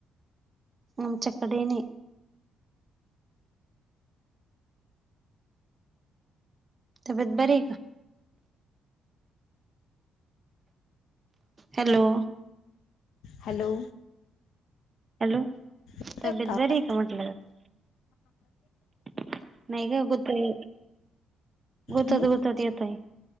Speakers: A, on the right (about 30°); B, on the left (about 85°).
A: आमच्याकडे नाही. तब्येत बरीये का? हॅलो
B: हॅलो
A: हॅलो
B: येतोय
A: तब्येत
B: आवाज
A: बरीये का म्हट <unintelligible> नाही ग गूतई गुतत
B: हम्म
A: गुतत येतय